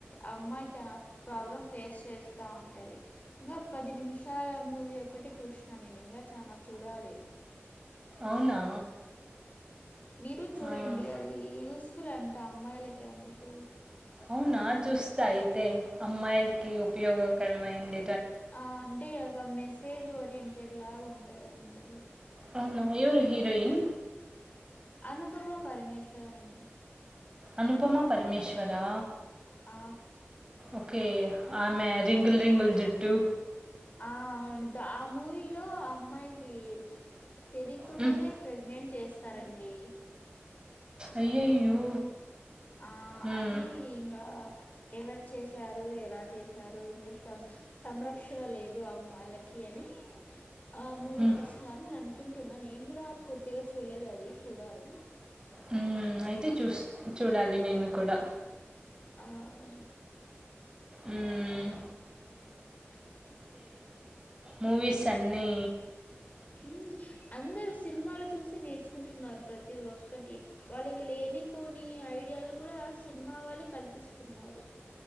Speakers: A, on the left (about 35°); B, on the right (about 20°).
A: అమ్మాయ్ చాన ప్రాబ్లం ఫేస్ చేస్తా ఉంటది ఇంగ పది నిమిషాల మూవీ ఒక్కటి చూష్ణ నేను ఇంగ చనా చూడాలి
B: అవునా
A: మీరు చూడండి
B: ఆ.
A: అదీ యూస్ఫుల్ అన్ అంటె అమ్మాయిలకి అందుకు
B: అవునా చూస్త అయితే అమ్మాయిల్కి ఉపయోగకరం అయిండ్
A: ఆ అంటే ఒక మెసేజ్ ఓరియంటెడ్ లాగుంటదండి
B: అవునా? ఎవరు హీరోయిన్?
A: అనుపమా పరమేశ్వరమండి
B: అనుపమ పరమేశ్వరా
A: ఆ
B: ఓకే. ఆమె రింగుల్ రింగుల్ జుట్టు
A: ఆ అవునండి దా ఆ మూవీ లో అమ్మాయికి తెలికుండానే
B: హ్మ్.
A: ప్రెగ్నెంట్ చేస్ సరండి
B: అయ్యయ్యో!
A: ఆ
B: హ్మ్.
A: అదీ ఇంక ఎవరు చేశారు ఎలా చేశారు ఇంకా సం-సంరక్షణ లేదు అమ్మాయిలకి అనీ ఆ మూవీ
B: హ్మ్.
A: తీసున్నారు నేను అనుకుంటున్నా నేను కూడా పూర్తిగా చూడలేదు అది చూడాలి
B: హ్మ్. అయితే చుస్ చూడాలి నేను కూడా.
A: ఆవును
B: ఉ మ్ మూవీస్ అన్నీ
A: ఉ మ్ అందరు సిన్మలు చూసి నేర్చుకుంటున్నారు ప్రతి ఒక్కటి వాళ్ళకి లేని లేని పోని ఐడియాలు కూడా సినిమా వాళ్ళె కల్పిస్తున్నారు